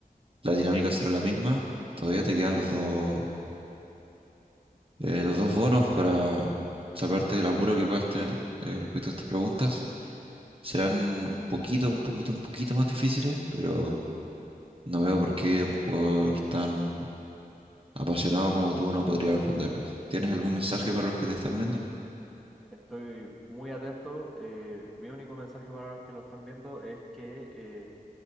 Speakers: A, on the right; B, in the centre.
A: La dinámica será la misma, todavía te quedan los dos, eh, los dos bonos para salvarte del apuro que puedas tener eh, respecto a estas preguntas serán un poquito, un poquito, un poquito más difíciles, pero no veo por qué un jugador tan apasionado como tú no podría responderlos. ¿Tienes algún mensaje para los que te están viendo?
B: Estoy muy atento. eh, mi único mensaje para los que lo están viendo es que eh,